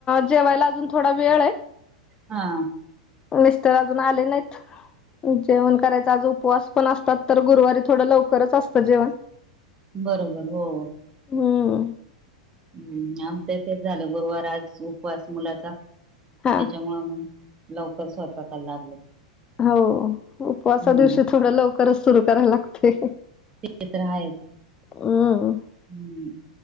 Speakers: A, on the left; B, on the right.
A: जेवायला अजून थोडा वेळ ये.
B: हा
A: मिस्टर अजून आले नाहीत, जेवण करायच आज उपवास पण असतात तर गुरुवारी थोडं लवकरच असतं जेवण.
B: बरोबर हो हो
A: हम्म
B: हम्म आमचं इ तेच झालं गुरुवार आज उपवास मुलाचा त्याच्यामुळं
A: हा
B: म लवकर स्वयंपाकाय लागले.
A: हो उपवासा
B: हम्म
A: दिवशी
B: ते
A: थोडं लवकरच सुरु करायला लागते.
B: तेतर हायच.
A: हम्म.
B: हम्म,